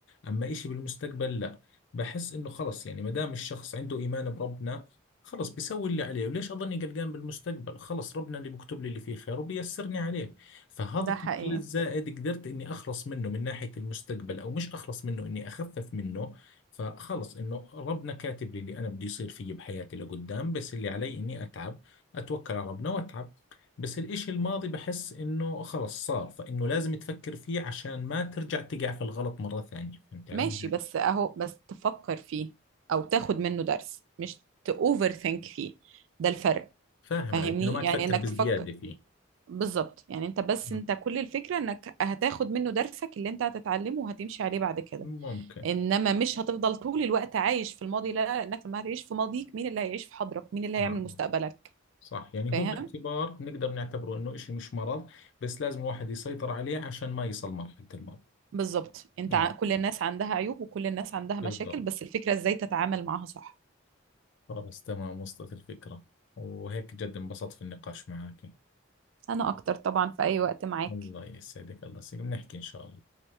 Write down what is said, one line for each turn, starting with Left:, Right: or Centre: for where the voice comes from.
Left: اما إشي بالمستقبل لا بحس انه خلص يعني ما دام الشخص عنده ايمان بربنا خلص بيسوي اللي عليه وليش اظني قلقان بالمستقبل خلص ربنا اللي بيكتب لي اللي فيه خير وبيسرني عليه فهذا
Right: ده
Left: التفكير
Right: حقيقي
Left: الزائد قدرت اني اخلص منه من ناحية المستقبل او مش اخلص منه اني اخفف منه فخلص انه ربنا كاتب لي اللي انا بدي يصير فيي بحياتي لقدام بس اللي علي اني اتعب اتوكل على ربنا واتعب بس الاشي الماضي بحس انه خلص صار فانه لازم تفكر فيه عشان ما ترجع تقع في الغلط مرة ثانية فهمت علي؟
Right: ماشي بس أهو بس تفكر فيه أو تاخد منه درس مش تأوفر ثينك فيه ده الفرق
Left: فاهم
Right: فاهمني
Left: عليك انه ما تفكر
Right: يعني إنك
Left: بزيادة
Right: تفكر
Left: فيه
Right: بالظبط يعني انت بس
Left: مم.
Right: انت كل الفكرة انك هتاخد منه درسك اللي انت هتتعلمه وهتمشي عليه بعد كده
Left: ممكن
Right: انما مش هتفضل طول الوقت عايش في الماضي لا لا، انك لما هتعيش في ماضيك مين اللي هيعيش في حاضرك مين اللي
Left: مم.
Right: هيعمل مستقبلك
Left: صح يعني
Right: فاهم
Left: هو باعتبار نقدر نعتبره انه اشي مش مرض بس لازم الواحد يسيطر عليه عشان ما يصل مرحلة المرض
Right: بالظبط انت
Left: اه
Right: ع- كل الناس عندها عيوب وكل الناس عندها
Left: بالضبط
Right: مشاكل بس الفكرة ازاي تتعامل معاها صح
Left: خلاص تمام وصلت الفكرة وهيك جد انبسطت في النقاش معك
Right: انا اكتر طبعا في اي وقت معاك
Left: الله يسعدك الله يسعدك بنحكي إن شاء الله